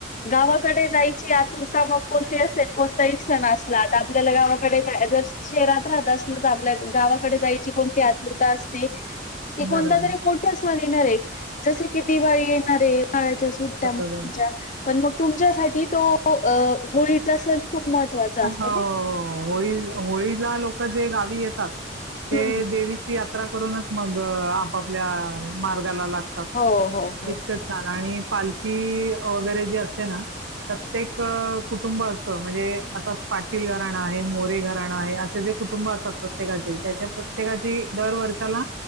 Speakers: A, on the left; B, on the right.
A: गावात कडे जायची आतुरता मग कोणती असेल, कोणताही सण असला, आता आपल्याला गावाकडे जायचं अस शहरात राहत असल तर आपल्या गावाकडे जायची कोणती आतुरता असते. कि कोणता
B: बरोबर
A: तरी मोठा सण येणार आहे. जस की, दिवाळी येणार आहे. च्या सुट्ट्या
B: बरोबर
A: तुमच्या पण मग तुमच्यासाठी तो अ होळीचा सण खूप महत्त्वाचा
B: ह
A: असतो
B: ह ह
A: नाही.
B: हो हो होळी होळीला लोक जे गावी येतात. ते
A: हम्म.
B: देवीची यात्रा करूनच, मग आपापल्या मार्गाला लाग तात
A: हो हो हो.
B: तितक छान आणि पालखी वगैरे जे असते ना प्रत्येक
A: हा
B: अ कुटुंब असंतं म्हणजे आता पाटील घराणं आहे, मोरे घराणं आहे, असे जे कुटुंब असतात प्रत्येकाचे, त्याच्या प्रत्येकाची दर वर्षाला